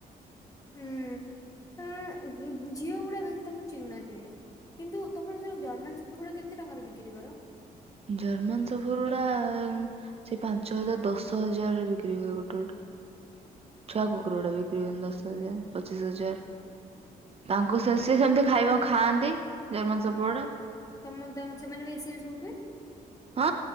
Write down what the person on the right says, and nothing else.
ଜର୍ମାନ ସଫରଉଡା ସେଇ ପାଞ୍ଚ ହଜାର ଦଶ ହଜାରରେ ବିକ୍ରି ହୁଏ ଗୋଟେ ଗୋଟେ। ଛୁଆ
କୁକୁରଉଡ଼ା ବିକ୍ରି ହୁଅନ୍ତି ଦଶ ହଜାର। ପଚିଶ ହଜାର। ତାଙ୍କୁ ସେ ସିଏ ସେମିତି ଖାଇବ। ଖାଆନ୍ତି ଜର୍ମାନ ସପୁଉଡା।
ହଁ